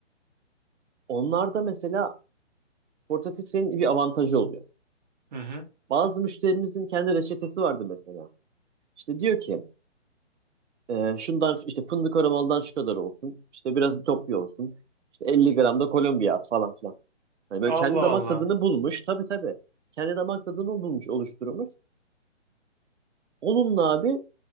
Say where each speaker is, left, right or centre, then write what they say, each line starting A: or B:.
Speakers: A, on the right; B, on the right.
A: Onlarda mesela portafiltrenin bir avantajı oluyor.
B: hı hı.
A: Bazı müşterimizin kendi reçetesi vardı mesela. İşte diyor ki e, şundan işte fındık aromalıdan şu kadar olsun. İşte biraz Etiyopya olsun. İşte 50 gram da Kolombiya at falan filan. Hani böyle
B: Allah
A: kendi damak
B: Allah.
A: tadını bulmuş. Tabii tabii. Kendi damak tadını bulmuş, oluşturmuş. Onunla abi